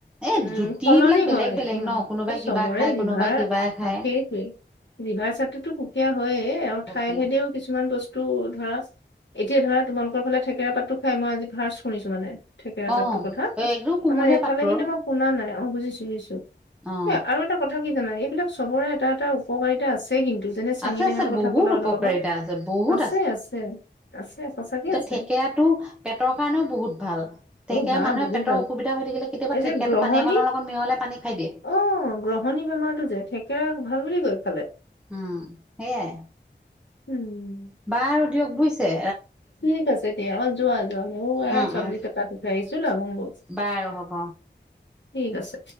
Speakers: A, in the centre; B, on the left (about 75°).
A: এ
B: উম,
A: জুতি
B: সলনি
A: বিলাক বেলেগ
B: হয়,
A: বেলেগ
B: উম,
A: ন কোনোবাই
B: এ
A: কিবা
B: চবৰে
A: খায়
B: জিভাৰ,
A: কোনোবাই কিবা খায়
B: সেইটোৱেই, জিভাৰ স্বিদটোতো সুকীয়া হয়েই, আৰু
A: হকিয়ে
B: ঠাই ভেদেও কিছুমান বচ তু ধৰা, এতিয়া ধৰা তোমালোকৰ ফালে থেকেৰা পাতটো খাই, মই আজি ফাৰ্ষ্ট শুনিছো মানে থেকেৰা
A: অ
B: পাতটোৰ কথা,
A: একদম কোমলীয়া
B: আমাৰ এইফালে
A: পাতটো
B: কিন্তু
A: আৰু
B: মই শুনা নাই। অ' বুজিছো, বুজিছো।
A: অ
B: এ, আৰু এটা কথা কি জানা, এইবিলাক চবৰে এটা এটা উপকাৰিতা আছে। ছে কিন্তু, যেনে চাঙি
A: আছে
B: টেঙাটোৰ
A: আছে
B: কথা
A: বহুত
B: ক'লা
A: উপকাৰিতা
B: অলপ আগত,
A: আছে বহুত
B: আছে, আছে, আছে, সঁচাকে আছে।
A: থেকেৰাটো পেটৰ কাৰণেও বহুত ভাল। থেকেৰা
B: ঐ বা
A: মানুহে
B: বহুত
A: পেটৰ
B: ভাল
A: অসুবিধা হৈ থাকিলে কেতিয়াবা
B: এই
A: থেকেৰাটো
B: যে গ্ৰহণী
A: পানী অকণৰ লগত মিহলাই পানী খাই দিয়ে।
B: অ গ্ৰহণী বেমাৰটো যে, থেকেৰা ভাল বুলি কয়।
A: উম, সেইয়াই
B: উম
A: বাৰু দিয়ক বুইছে
B: ঠিক আছে দিয়া, অ যোৱা, যোৱা। ময়ো এয়া
A: উম
B: চব্জি
A: উম
B: কাটি থৈ আহিছো, লাগোংগৈ।
A: বাৰু হ'ব।
B: ঠিক আছে।